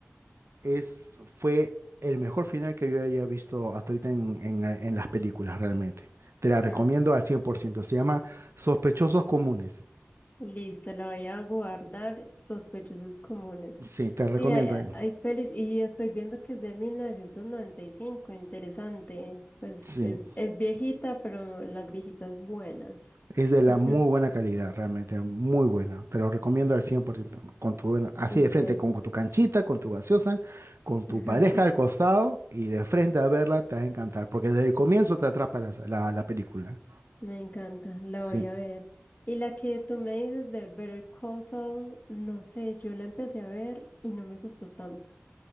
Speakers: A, on the right; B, on the left.
A: es, fue el mejor final que yo haya visto hasta ahorita en, en- en las películas, realmente. Te la recomiendo
B: ah.
A: al 100%. Se llama Sospechosos Comunes.
B: Listo, la voy a guardar. Sospechosos comunes.
A: Sí, te
B: Sí,
A: la recomiendo.
B: hay,
A: eh.
B: hay pelis y estoy viendo que es de mil novecientos noventa y cinco Interesante. Pues
A: Sí,
B: es, es viejita, pero las viejitas buenas.
A: es de la
B: <laughs>
A: muy buena calidad, realmente, muy buena. Te lo recomiendo al 100%. Con tu, bueno, así
B: Súper.
A: de frente, con, con tu canchita, con tu gaseosa, con tu
B: <laughs>
A: pareja al costado y de frente a verla, te va a encantar, porque desde el comienzo te atrapa la, la la película.
B: Me encanta, la
A: Sí.
B: voy a ver. Y la que tú me dices de Better Call Saul, no sé, yo la empecé a ver y no me gustó tanto.